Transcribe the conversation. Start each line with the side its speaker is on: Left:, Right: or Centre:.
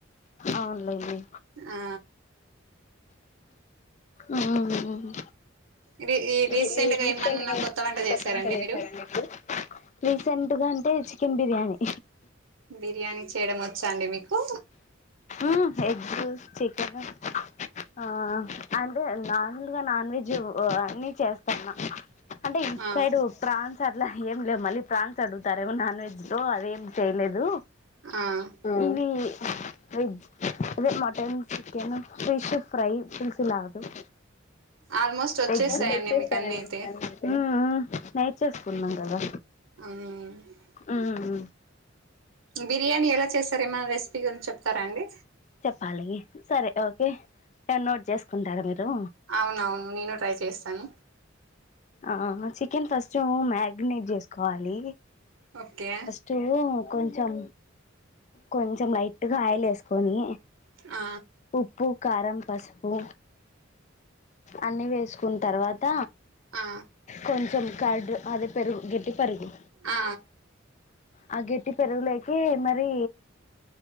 Left: అవునులేండి
Right: ఆ
Left: ఉమ్ ఉమ్
Right: రీ రీసెంట్గా
Left: ఏఏఏ రీసెంట్
Right: ఏమన్నా
Left: గా అమ్మన్న
Right: చేసారండి
Left: కొత్త వంట చేసారా
Right: మీరు
Left: అండి మీరు రీసెంట్గా అంటే చికెన్ బిర్యానీ
Right: బిర్యానీ చేయడం వచ్చా అండి మీకు
Left: ఉమ్ ఎగ్ చికెన్ ఆ అంటే నార్మల్గా నాన్ వెజ్ అన్ని చేస్తాన్నా అంటే ఈ టు
Right: ఆ
Left: సైడ్ ఉ ఫ్రాన్స్ సార్ లే ఏం లేవు మళ్ళీ ప్రాన్స్ అడుగుతారేమో నాన్ వెజ్ తో అదేం చేయలేదు
Right: ఆమ్
Left: ఇవి వెజ్ అదే mutton chicken fish fry piece లాటన్
Right: ఆల్మోస్ట్ వచ్చేస్తాయండి
Left: అయితే చేసేసారా
Right: మీకు అన్నీ
Left: నేమో
Right: అయితే
Left: ఉమ్ ఉమ్ నైట్ చేసుకున్నాం కాదా
Right: అని
Left: ఉమ్
Right: బిర్యానీ ఎలా చేస్తారో ఏమైనా రెసిపీ గురించి చెప్తారా అండి
Left: చెప్పాలి సరే ఓకే కాని నోట్ చేసుకుంటారా మీరు
Right: అవునవును నేను ట్రై చేస్తాను
Left: ఆ చికెన్ ఫస్ట్ మ్యాగెనేట్ చేసుకోవాలి
Right: ఓకే
Left: చెయ్యె కొంచెం కొంచెం లైట్గా ఆయిల్ వేసుకొని
Right: ఆ
Left: ఉప్పు కారం పసుపు అన్ని వేసు కున్ తర్వాత
Right: ఆ
Left: కొంచెం కర్డ్ అది పెరుగు గిట్టి పెరుగు
Right: ఆ
Left: ఆ గిట్టి పెరుగులోకి మరీ